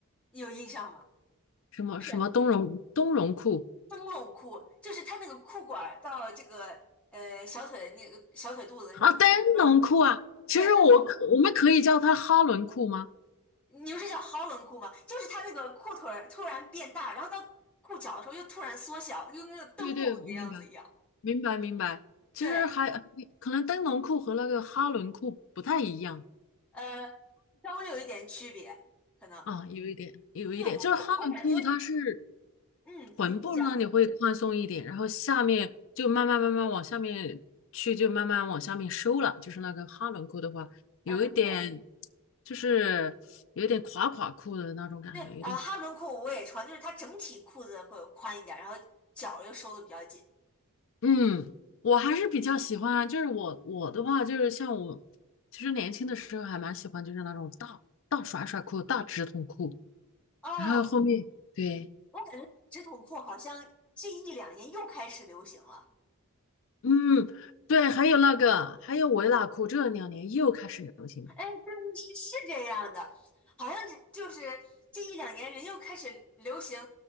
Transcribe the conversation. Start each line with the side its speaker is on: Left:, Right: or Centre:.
Centre: 你有印象吗？
Left: <laughs> 什么什么冬绒冬绒裤
Centre: 是。灯笼裤，就是它那个裤管儿到这个呃小腿那个小腿肚子的时候，
Left: 啊，灯笼裤啊。
Centre: 突然
Left: 其实我可我们可以叫它哈伦裤吗？
Centre: 对灯笼，你不是叫 Holland 裤吗？就是它那个裤腿儿突然变大，然后到裤脚的时候又突然缩小，就跟那个灯笼那个样子一样。
Left: 对对，我明白。明白明白。其实还可能灯笼裤和那个哈伦裤不太一样
Centre: 对，呃，稍微有一点区别，可能。
Left: 啊，有一点，有一点，
Centre: 哎，我我我感觉，
Left: 就是哈伦裤它是
Centre: 嗯，
Left: 臀部那里会宽松一点，
Centre: 你你讲，
Left: 然后下面就慢慢慢慢往下面去，就慢慢往下面收了。就是那个哈伦裤的话，有一点
Centre: 嗯，对
Left: 就是有一点垮垮裤的那种感觉，
Centre: 对，
Left: 有点垮。
Centre: 呃，哈伦裤我也穿，就是它整体裤子会宽一点，然后脚又收的比较紧。
Left: 嗯，我还是比较喜欢啊，就是我我的话，就是像我，其实年轻的时候还蛮喜欢，就是那种大大甩甩裤、大直筒裤，
Centre: 哦，
Left: 然后后面对，
Centre: 我感觉直筒裤好像这一两年又开始流行了。
Left: 嗯，对，还有那个，还有维拉裤，这两年又开始流行了。
Centre: 哎，对，是是这样的，好像就是这一两年人又开始流行，